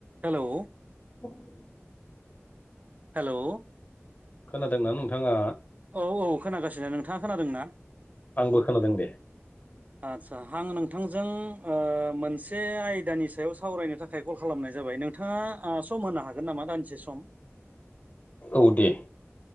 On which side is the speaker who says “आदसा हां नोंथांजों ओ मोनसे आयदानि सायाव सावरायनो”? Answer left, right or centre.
Right